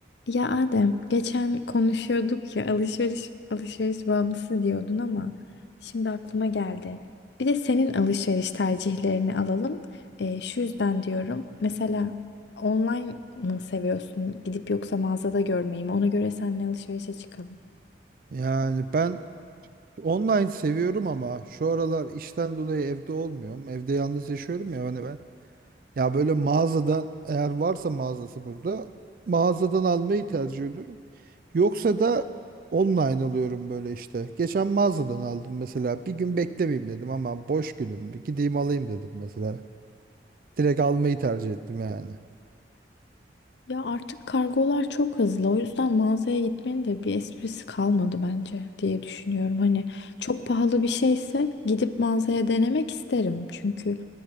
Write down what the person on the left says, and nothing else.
Ya Adem, geçen konuşuyorduk ya alışveriş alışveriş bağımlısı diyordun ama şimdi aklıma geldi. Bir de senin alışveriş tercihlerini alalım. Ee, şu yüzden diyorum. Mesela online mı seviyorsun? Gidip yoksa mağazada görmeyi mi? Ona göre seninle alışverişe çıkalım.
Ya artık kargolar çok hızlı. O yüzden mağazaya gitmenin de bir esprisi kalmadı bence diye düşünüyorum. Hani çok pahalı bir şeyse gidip mağazaya denemek isterim. Çünkü